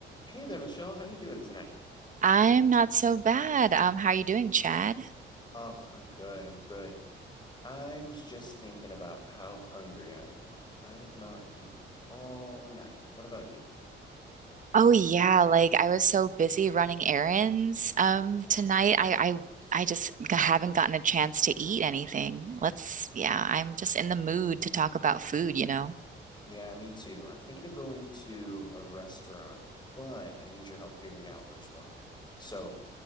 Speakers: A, on the left (about 20°); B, on the right (about 40°).
A: Hey there, Michelle. How you doing tonight?
B: I'm not so bad. Um, how are you doing, Chad?
A: Oh, I'm good. I'm good. I was just thinking about how hungry I am. I've not eaten all night. What about you?
B: Oh yeah, like I was so busy running errands um tonight. I I I just g- haven't gotten a chance to eat anything. Let's, yeah, I'm just in the mood to talk about food, you know?
A: Yeah, me too. I'm thinking of going to a restaurant, but I need your help figuring out which one. So,